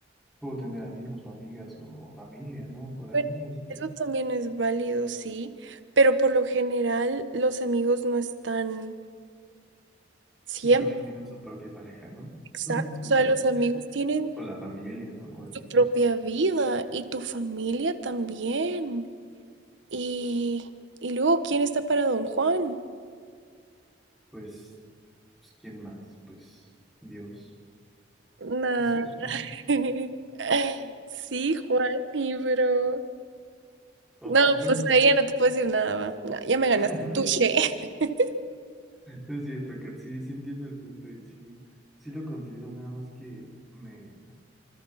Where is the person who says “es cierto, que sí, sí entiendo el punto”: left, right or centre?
Centre